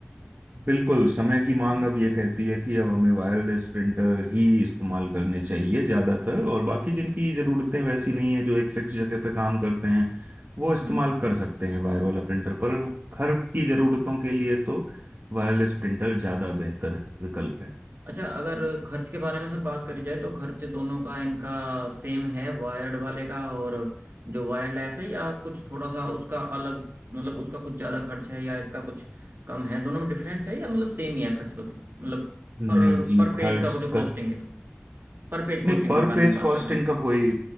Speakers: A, on the right (about 50°); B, on the right (about 70°).
A: बिल्कुल समय की मांग
B: हम्म
A: अब ये कहती है कि अब हमें वायरलेस प्रिंटर ही इस्तेमाल करने चाहिए ज़्यादातर और बाकी जिनकी ज़रूरतें वैसी नहीं है जो एक फिक्स जगह पे काम करते हैं वो इस्तेमाल
B: हम्म हम्म।
A: कर सकते हैं वायर वाला प्रिंटर पर घर की ज़रूरतों के लिए तो वायरलेस प्रिंटर ज़्यादा बेहतर विकल्प है
B: अच्छा अगर खर्च के बारे में सर बात करी जाए तो खर्च दोनों का इनका सेम है वायर्ड वाले का और जो वायरलेस है या कुछ थोड़ा सा उसका अलग मतलब उसका कुछ ज़्यादा खर्च है या इसका कुछ कम है दोनों में डिफरेंस है या मतलब सेम ही है खर्च बदल मतलब पर
A: नहीं जी
B: पर पेज
A: खर्च
B: का जो कॉस्टिंग
A: का
B: है पर पेज कॉस्टिंग
A: नहीं पर
B: के बारे
A: पेज
B: में बात
A: कॉस्टिंग
B: कर रहा हूँ
A: का कोई